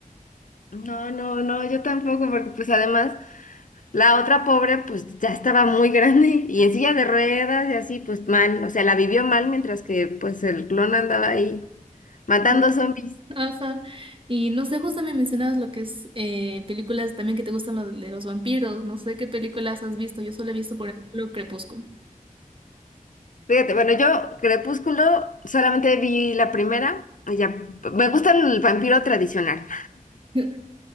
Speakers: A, on the left; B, on the right.
A: No, no, no, yo tampoco, porque pues además la otra pobre pues ya estaba muy grande y en silla de ruedas y así pues mal, o sea, la vivió mal mientras que pues el clon andaba ahí matando
B: ¿no?
A: zombies.
B: Ajá. Y no sé, justo me mencionabas lo que es eh, películas también que te gustan lo de los vampiros. No sé qué películas has visto. Yo solo he visto, por ejemplo, Crepúsculo.
A: Fíjate, bueno, yo Crepúsculo solamente vi la primera. y Ya, me gusta el vampiro tradicional.
B: <laughs>